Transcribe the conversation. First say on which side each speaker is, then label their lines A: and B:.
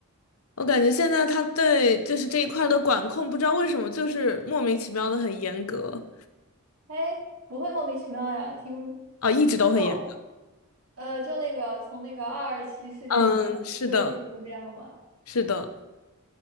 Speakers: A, on the left; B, on the right.
A: 我感觉现在他对就是这一块儿的管控，不知道为什么就是莫名其妙的很严格。
B: 哎，不会莫名其妙呀，听
A: 啊，一直都很严格。
B: 就呃就那个从那个二二七事件之后，
A: 嗯，是的，
B: 就一直都这样嘛。
A: 是的，